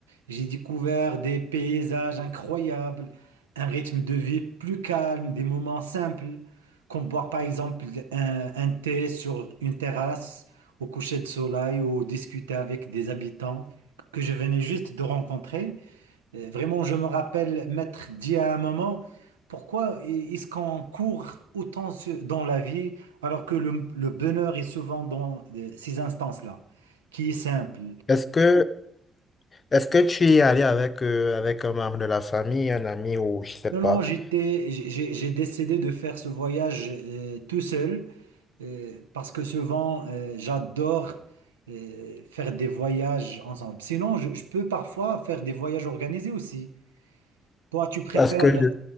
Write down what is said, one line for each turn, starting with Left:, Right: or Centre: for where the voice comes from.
Right: J'ai découvert des paysages incroyables, un rythme de vie plus calme, des moments simples, comme boire par exemple un, un thé sur une terrasse au coucher de soleil ou discuter avec des habitants que je venais juste de rencontrer. Euh, Vraiment, je me rappelle m'être dit à un moment, pourquoi est-ce qu'on court autant sur- dans la vie alors que le, le bonheur est souvent dans euh, ces instances-là, qui est simple.
Left: Est-ce que, est-ce que tu y es allé avec, euh, avec un membre de la famille, un ami ou je sais
Right: Non,
Left: pas?
Right: non, j'étais, j'ai j'ai- décidé de faire ce voyage euh, tout seul euh, parce que souvent, euh, j'adore euh, faire des voyages ensemble. Sinon, je, je peux parfois faire des voyages organisés aussi. Toi, tu préfères
Left: Parce que
Right: euh,
Left: je